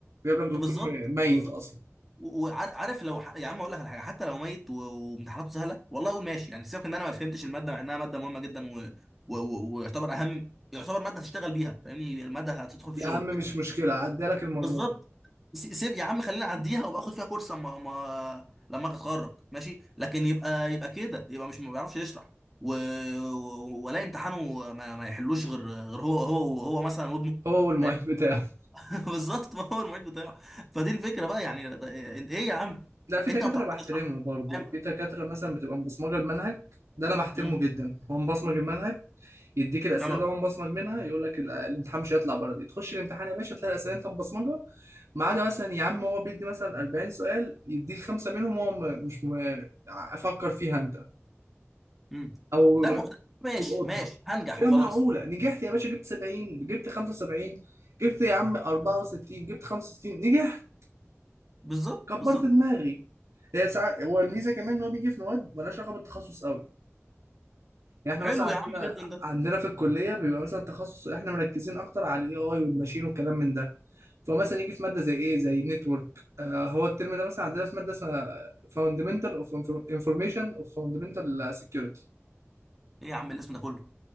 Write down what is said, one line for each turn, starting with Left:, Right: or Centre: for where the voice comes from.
Right: جايب لك
Centre: بالظبط
Right: دكتور م-
Centre: بالظبط
Right: ميت اصلا
Centre: وعارف لو ح... يا عم اقول لك على حاجه حتى لو ميت و- وامتحاناته سهله والله اقول ماشي يعني سيبك ان انا ما فهمتش الماده مع انها ماده مهمه جدا و... و... و... ويعتبر اهم يعتبر ماده تشتغل بيها فاهمني الماده هتدخل في
Right: يا
Centre: شغلك
Right: عم مش مشكله عدي لك المره
Centre: بالظبط
Right: دي
Centre: س- سيب يا عم خلينا اعديها وابقى اخد فيها كورس اما ما... لما أجي اتخرج ماشي لكن يبقى يبقى كده يبقى مش ما بيعرفش يشرح و... و- ولا امتحانه ما, ما يحلوش غير غير هو هو هو مثلا وابنه
Right: هو والمعيد
Centre: فاهم
Right: بتاعه
Centre: <laughs> بالظبط ما هو المعيد بتاعه فدي الفكره بقى يعني ده- انت ايه يا عم
Right: لا في
Centre: انت
Right: دكاتره
Centre: ما بتعرفش
Right: بحترمها
Centre: تشرح
Right: برضه
Centre: فاهم
Right: في دكاتره مثلا بتبقى مبصمجه المنهج ده انا بحترمه
Centre: مم.
Right: جدا هو مبصمج المنهج يديك الاسئله
Centre: اه
Right: وأنا مبصمج منها يقول لك ال- الامتحان مش هيطلع بره دي تخش الامتحان يا باشا تلاقي الاسئله انت مبصمجها ما عدا مثلا يا عم هو بيدي مثلا 40 سؤال يديك خمسه منهم هو م- مش م- افكر فيها انت
Centre: امم
Right: او
Centre: ده م... ماشي
Right: تلقطها
Centre: ماشي هنجح
Right: كده
Centre: وخلاص
Right: معقوله نجحت يا باشا جبت 70 جبت 75 جبت يا عم 64 جبت 65 نجحت
Centre: بالظبط
Right: كبرت
Centre: بالظبط
Right: دماغي هي ساعات هو الميزه كمان ان هو بيجي في مواد مالهاش علاقه بالتخصص قوي يعني احنا
Centre: حلو
Right: مثلا عندنا
Centre: يا عم جدا ده
Right: عندنا في الكليه بيبقى مثلا تخصص احنا مركزين اكتر على الاي اي والماشين والكلام من ده فمثلا يجي في ماده زي ايه زي نتورك آه هو الترم ده مثلا عندنا في ماده اسمها فاوندمنتال اوف انفورميشن اوف فاوندمنتال سكيورتي
Centre: ايه يا عم الاسم ده كله